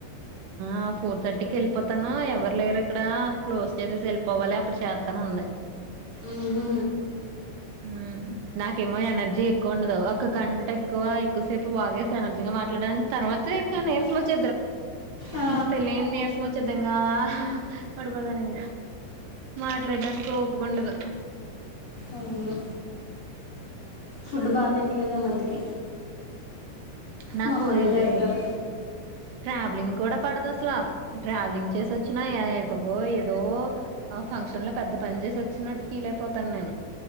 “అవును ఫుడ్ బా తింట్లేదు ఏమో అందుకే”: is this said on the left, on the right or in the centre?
Left